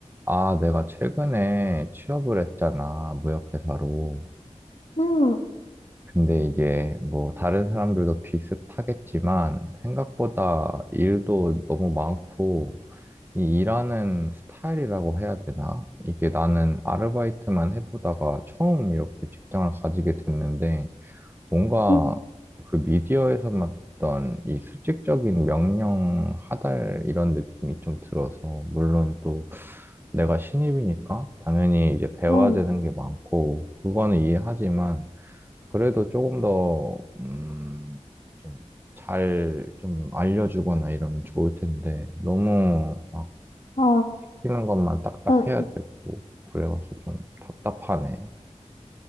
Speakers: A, on the right; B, on the left.
A: 아, 내가 최근에 취업을 했잖아, 무역회사로.
B: 음,
A: 근데 이게 뭐 다른 사람들도 비슷하겠지만 생각보다 일도 너무 많고 이 일하는 스타일이라고 해야 되나? 이게 나는 아르바이트만 해보다가 처음 이렇게 직장을 가지게 됐는데 뭔가
B: 음,
A: 그 미디어에서만 듣던 이 수직적인 명령 하달 이런 느낌이 좀 들어서, 물론 또 내가 신입이니까 당연히 이제 배워야
B: 음,
A: 되는 게 많고, 그거는 이해하지만, 그래도 조금 더, 음, 좀 잘 좀 알려주거나 이러면 좋을 텐데, 너무 막
B: 아,
A: 시키는 것만 딱딱
B: 음,
A: 해야 되고, 그래가지고 좀 답답하네.